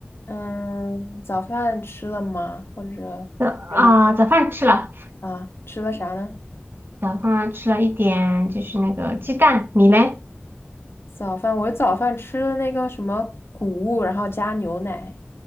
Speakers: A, on the left (about 75°); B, on the right (about 60°).
A: 嗯，早饭吃了吗？或者有
B: 早啊、早饭吃了，
A: 啊，吃了啥呢？
B: 早饭吃了一点，就是那个鸡蛋。你嘞？
A: 早饭，我早饭吃了那个什么谷物，然后加牛奶。